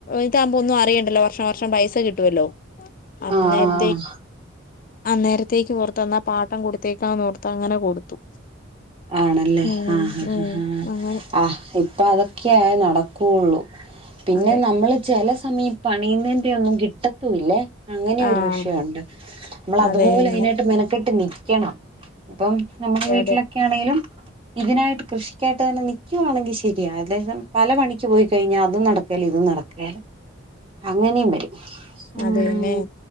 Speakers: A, on the left (about 45°); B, on the right (about 25°).
A: ഇതാകുമ്പോ ഒന്നും അറിയണ്ടല്ലോ വർഷാ വർഷം പൈസ കിട്ടുവല്ലോ അന്നേതേ
B: ആഹ് ആഹ്
A: അന്നേരത്തേക്ക് ഓർത്തു എന്നാ പാട്ടം കൊടുത്തേക്കാന്ന് ഓർത്തു അങ്ങനെ കൊടുത്തു
B: ആണല്ലേ
A: ഉം
B: ആഹ് ഹ
A: ഉം
B: ഹ ഹാ
A: അങ്ങനെ
B: ആ ഇപ്പ അതൊക്കെയാ നടക്കുള്ളൂ പിന്നെ
A: അതെ
B: നമ്മള് ചില സമീ പണിയുന്നതിന്റെ ഒന്നും കിട്ടത്തൂല്ലേ അങ്ങനെ
A: ആഹ്
B: ഒരു വിഷയുണ്ട് നമ്മൾ
A: അതെ
B: അതുപോലെ
A: അതെ
B: അതിനായിട്ട് മെനക്കെട്ട് നിക്കണം അപ്പം നമ്മുടെ വീട്ടിലൊക്കെ
A: അതെ
B: ആണേലും ഇതിനായിട്ട് കൃഷിക്കായിട്ട് തന്നെ നിക്കുവാണെങ്കിൽ ശരിയാ അല്ലാതെ പല പണിക്ക് പോയി കഴിഞ്ഞാൽ അതും നടക്കേല്ല ഇ തും നടക്കേല അങ്ങനെയും വരും ഉം
A: അത തന്നെ